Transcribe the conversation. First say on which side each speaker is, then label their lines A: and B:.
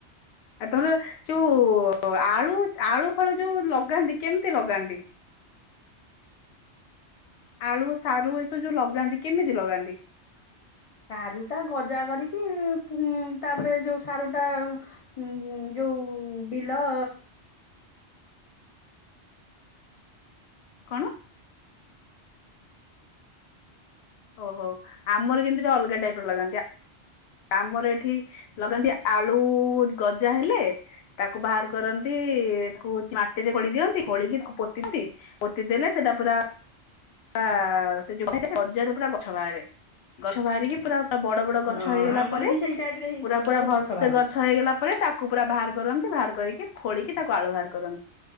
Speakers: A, on the left; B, on the left.
A: ଆ, ତୋମର ଯୋଉ ଆଳୁ ଆଳୁ ଫାଳୁ ଯୋଉ ଲଗାନ୍ତି କେମିତି ଲଗାନ୍ତି? ଆଳୁ ସାରୁ ଏସବୁ ଯୋଉ ଲଗାନ୍ତି କେମିତି ଲଗାନ୍ତି?
B: ସାରୁ ଟା ଗଜା କରିକି ପୁ-ଉଁ, ତାପରେ ଯୋଉ ସାରୁ ଟା ହୁଁ, ହୁଁ ଯୋଉ ବିଲ
A: କଣ? ଓହୋ, ଆମର କିନ୍ତୁ <inaudible> ଅଲଗା ଟାଇପ୍ ର ଲଗାନ୍ତି। ଆ ଆମର ଏଠି ଲଗାନ୍ତି ଆଳୁ ଗଜା ହେଲେ ତାକୁ ବାହାର କରନ୍ତି, ତାକୁ ମାଟିରେ ଖୋଳି ଦିଅନ୍ତି, ଖୋଳିକି ତାକୁ ପୋତି ଦିଅନ୍ତି। ପୋତି ଦେଲେ ସେଟା ପୁରା ପା ସେ ଯୋଉ <inaudible> ଗଜାରୁ ପୁରା ଗଛ ବାହାରେ, ଗଛ ବାହାରିକି ପୁରା ଟ- ବଡ ବଡ ଗଛ
B: ଅ,
A: ହେଇଗଲା
B: ଆମର
A: ପରେ
B: ବି ସେଇ ଟାଇପ୍ ରେ ହିଁ
A: ପୁରା
B: ଗଜାରୁ
A: ପୁରା ଭଲସେ
B: ବାହାରେ
A: ଗଛ ହେଇଗଲା ପରେ ତାକୁ ପୁରା ବାହାର କରନ୍ତି ବାହାର କରିକି ଖୋଳିକି ତାକୁ ଆଳୁ ବାହାର କରନ୍ତି।